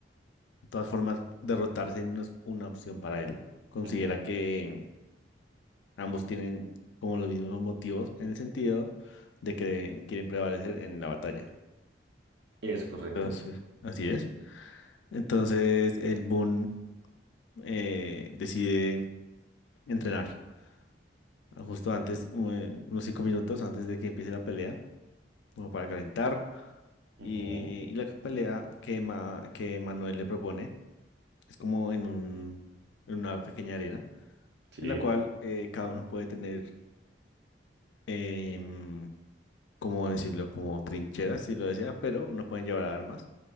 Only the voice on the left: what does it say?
de todas formas, derrotarse no es una opción para él. Considera
que ambos tienen como los mismos motivos en el sentido de que quieren prevalecer en la batalla.
Entonces, así es. Entonces, el Boon eh, decide entrenar ah, justo antes, u- eh, unos cinco minutos antes de que empiece la pelea, como para calentar.
Y, y la pelea que, Ma- que Manuel le propone. Es como en un, en una pequeña arena
en la cual eh, cada uno puede tener, em, ¿cómo decirlo? Como trincheras, si lo desea, pero no pueden llevar armas.